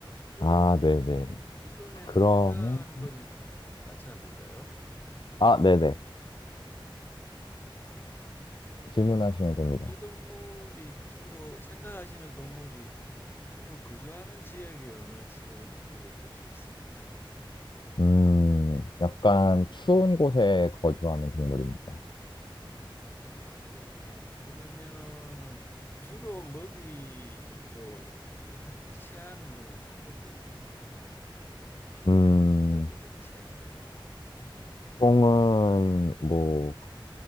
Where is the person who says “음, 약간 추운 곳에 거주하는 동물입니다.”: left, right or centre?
Left